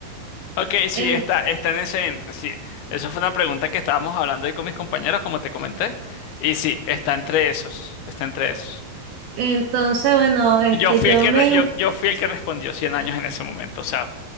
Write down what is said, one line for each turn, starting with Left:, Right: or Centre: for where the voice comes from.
Left: Ok, sí,
Right: Eh,
Left: está, está en ese entre, sí. Eso fue una pregunta que estábamos hablando ahí con mis compañeros, como te comenté. Y sí, está entre esos. Está entre esos.
Right: entonces, bueno, este,
Left: Yo fui
Right: yo
Left: el que,
Right: me...
Left: re-
Right: in-
Left: yo, yo fui el que respondió 100 años en ese momento. O sea,